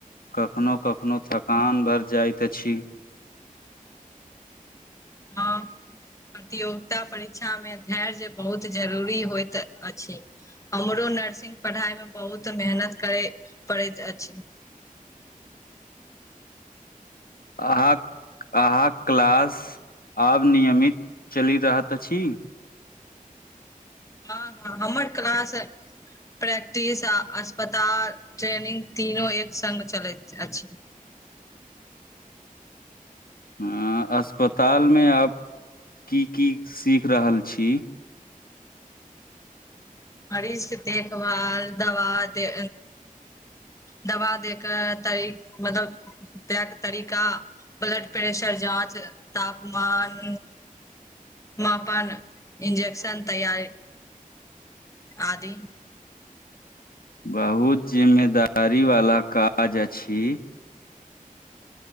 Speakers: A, on the left; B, on the left.
A: कखनो- कखनो, थकान भरि जाइत अछि।
B: हँ प्रतियोगिता परीक्षा मे धैर्य बहुत जरूरी होइत अछि। हमरो नर्सिंग पढ़ाई मे बहुत मेहनत करै पड़ैत अछि।
A: अहाँक - अहाँक क्लास आब नियमित चलि रहत अछि।
B: हँ ह हमर क्लास प्रैक्टिस आ अस्पताल ट्रेनिंग, तीनो एक संघ चलैत अछि।
A: हऽ अस्पतालमे आब की- की सीख रहल छी।
B: मरीजके देखभाल दवा दे दवा दैके तइ मतलब दैय के तरिका, ब्लड प्रेशर जाँच, तापमान मापन, इंजेेक्शन तैयार, आदि।
A: बहुत जिम्मेदारी वाला काज अछि।